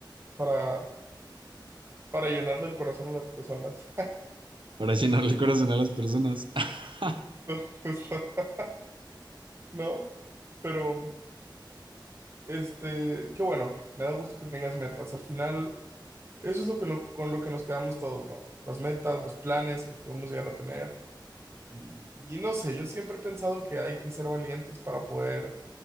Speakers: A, on the right; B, on the right.
A: para, para llenarle el corazón a las personas.
B: Para llenarle el corazón a las personas. <laughs>
A: <laughs> Justo, ¿no? Pero, este, qué bueno, me da gusto que tengas metas. Al final, eso es lo que no- con lo que nos quedamos todos, ¿no? Las metas, los planes que podemos llegar a tener. Y, y no sé, yo siempre he pensado que hay que ser valientes para poder